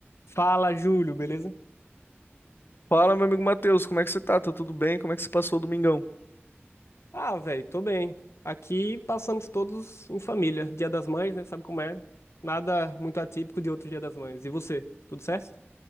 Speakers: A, on the left; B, on the left.
A: Fala, Júlio, beleza?
B: Fala, meu amigo Matheus, como é que você tá? Tá tudo bem? Como é que você passou o domingão?
A: Ah, velho, tô bem. Aqui passamos todos em família. Dia das Mães, né? Sabe como é? Nada muito atípico de outro Dia das Mães. E você? Tudo certo?